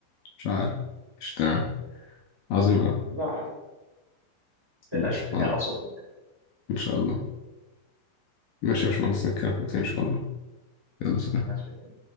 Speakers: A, on the left (about 75°); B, in the centre.
A: مش عارف مش تمام عظيم قوي
B: لا عادي ما
A: ماشي
B: تقلقش الدنيا
A: عظيم
B: أبسط من كده
A: ان شاء الله ماشي يا باشمهندس نتكلم في وقتها ان شاء الله يلا سلام
B: ماشي الدنيا